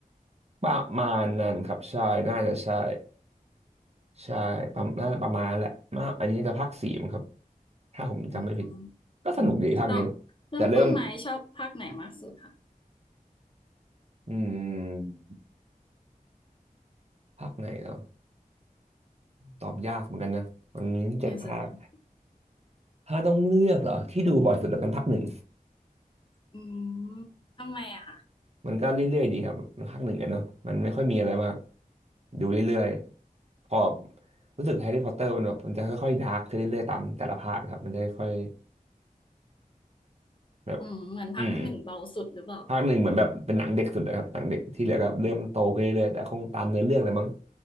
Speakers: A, on the right; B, on the left.
A: ประมาณนั้นครับใช่น่าจะใช่ใช่ประมาณน่าจะประมาณแหละมาอันนี้น่าจะภาคสี่มั้งครับถ้าผมจำไม่ผิด
B: อืม
A: ก็สนุกดีภาคนี้
B: แล้วแล้วคุณไม้ชอบภาคไหนมากสุดคะ
A: แต่เริ่ม อืมภาคไหนเหรอ ตอบยากเหมือนกันนะมันมีตั้งเจ็ดภาค
B: แฮร์รี่สอตเตอร์
A: ถ้าต้องเลือกเหรอ ที่ดูบ่อยสุดแล้วกันภาคหนึ่ง
B: อืมทำไมอะคะ
A: มันก็เรื่อยๆดีครับภาคหนึ่งอะเนาะ มันไม่ค่อยมีอะไรมากดูเรื่อยๆพอรู้สึกแฮร์รี่พอตเตอร์มันแบบมันจะค่อยๆดาร์กขึ้นเรื่อยๆตามแต่ละภาคครับมันจะค่อยๆแบบ
B: อืมเหมือนภาคหนึ่งเบาสุดหรือเปล่าแบบ
A: อืม ภาคหนึ่งเหมือนแบบเป็นหนังเด็กสุดเลยครับหนังเด็กที่เหลือก็เริ่มโตขึ้นเรื่อยๆแต่คงตามเนื้อเรื่องเลยมั้ง